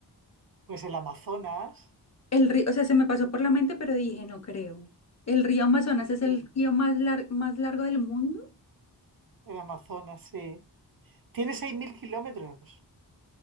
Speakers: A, on the right; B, on the left.
A: pues el Amazonas,
B: El río, o sea, se me pasó por la mente, pero dije, no creo. ¿El río Amazonas es el
A: sí,
B: río más, lar- más largo del mundo?
A: el Amazonas, sí. Tiene 6.000 kilómetros.